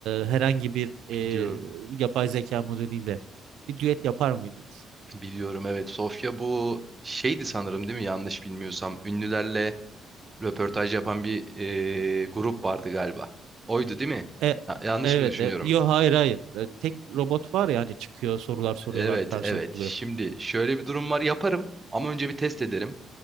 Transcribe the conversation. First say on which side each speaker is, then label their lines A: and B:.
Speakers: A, on the right; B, on the right.
A: herhangi bir e,
B: biliyorum.
A: yapay zeka modeliyle bir düet yapar mıydınız?
B: Biliyorum evet. Sofya bu şeydi sanırım değil mi? Yanlış bilmiyorsam. Ünlülerle röportaj yapan bir e, grup vardı galiba. Oydu değil mi?
A: E,
B: Ha, yanlış
A: evet.
B: mı düşünüyorum?
A: E, yo hayır hayır. E, tek robot var ya hani çıkıyor sorular soruyorlar
B: Evet
A: karşılık
B: evet.
A: buluyor.
B: Şimdi şöyle bir durum var. Yaparım ama önce bir test ederim.